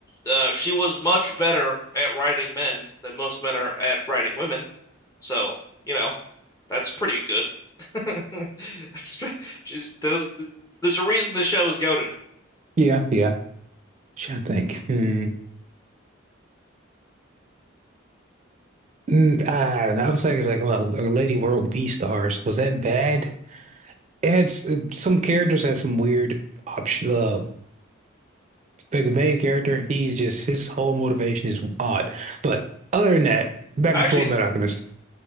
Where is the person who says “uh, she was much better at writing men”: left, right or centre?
Left